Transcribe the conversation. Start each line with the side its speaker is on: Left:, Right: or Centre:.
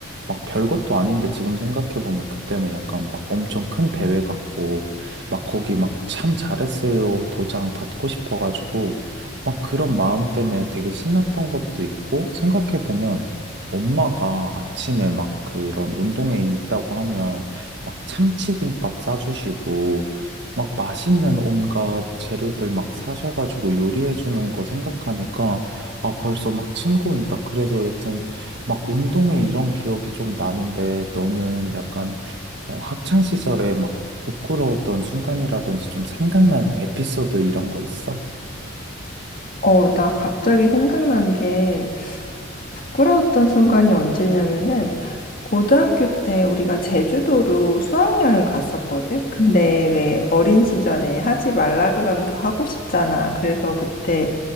Right: 막 별것도 아닌데 지금 생각해보면 그때는 약간 막 엄청 큰 대회 같고 막 거기 막 참 잘했어요 도장 받고 싶어가지고 막 그런 마음 때문에 되게 신났던 것도 있고 생각해보면 엄마가 아침에 막 그런 운동회 있다고 하면 막 참치김밥 싸주시고 막 맛있는 온갖 재료들 막 사셔가지고 요리해주는 거 생각하니까 아 벌써 막 침 고인다 그래서 여튼 막 운동회 이런 기억이 좀 나는데 너는 약간 어, 학창 시절에 막 부끄러웠던 순간이라든지 좀 생각나는 에피소드 이런 거 있어?
Left: 어, 나 갑자기 생각난 게 부끄러웠던 순간이 언제냐면은 고등학교 때 우리가 제주도로 수학여행 갔었거든. 근데 왜 어린 시절에 하지 말라 그러면 더 하고 싶잖아. 그래서 그때